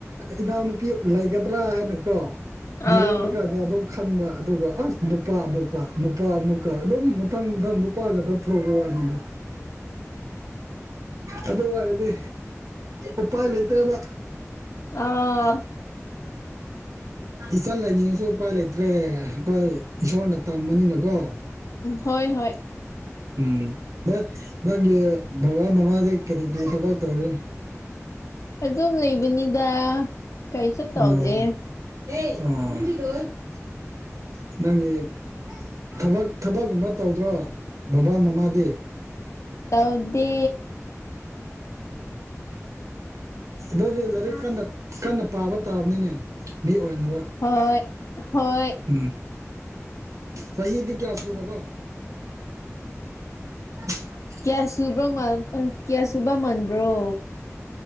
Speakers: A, on the right; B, on the left.
A: ꯏꯅꯥꯎꯅꯨꯄꯤ ꯂꯩꯒꯗ꯭ꯔꯥ ꯍꯥꯏꯅꯀꯣ ꯃꯤꯔꯣꯟꯕ
B: ꯑꯥꯎ
A: ꯀꯥꯟꯗ ꯑꯗꯨꯝ ꯈꯟꯕ ꯑꯗꯨꯒ ꯑꯁ ꯅꯨꯄꯥ ꯑꯃꯨꯛꯀ ꯅꯨꯄꯥ ꯑꯃꯨꯛꯀ ꯑꯗꯨꯝ ꯃꯊꯪ ꯃꯊꯪ ꯅꯨꯄꯥꯒ ꯊꯞ ꯊꯣꯛꯑꯕ ꯋꯥꯅꯤꯅ ꯑꯗꯨ ꯑꯣꯏꯔꯗꯤ ꯎꯄꯥꯏ ꯂꯩꯇꯕ
B: ꯑꯥ
A: ꯏꯆꯟ ꯂꯥꯏꯅꯤꯡꯉꯁꯨ ꯎꯄꯥꯏ ꯂꯩꯇ꯭ꯔꯦ ꯑꯩꯈꯣꯏ ꯏꯁꯣꯔꯅ ꯇꯝꯕꯅꯤꯅ ꯑꯣ
B: ꯍꯣꯏ ꯍꯣꯏ
A: ꯎꯝ ꯅꯪꯒꯤ ꯕꯕꯥ ꯃꯃꯥꯗ ꯀꯔꯤ ꯀꯔꯤ ꯊꯕꯛ ꯇꯧꯔꯤ
B: ꯑꯗꯨꯝ ꯂꯩꯕꯅꯤꯗ ꯀꯩꯁꯨ
A: ꯑꯣ
B: ꯇꯧꯗꯦ
A: ꯑꫭ ꯅꯪꯒꯤ ꯊꯕꯛ ꯊꯕꯛꯀꯨꯝꯕ ꯇꯧꯗ꯭ꯔꯣ ꯕꯕꯥ ꯃꯃꯥꯗꯤ
B: ꯇꯧꯗꯦ
A: ꯑꯗꯨꯗꯤ ꯂꯥꯏꯔꯤꯛ ꯀꯟꯅ ꯀꯟꯅ ꯄꯥꯕ ꯇꯥꯕꯅꯤꯅꯦ ꯃꯤ ꯑꯣꯏꯅꯕ
B: ꯍꯣꯏ ꯍꯣꯏ
A: ꯎ ꯆꯍꯤꯗꯤ ꯀꯌꯥ ꯁꯨꯔꯕ <inaudible>
B: ꯀꯌꯥꯁꯨꯕ꯭ꯔꯃꯥ ꯀꯌꯥꯁꯨꯕ ꯃꯟꯕ꯭ꯔꯣ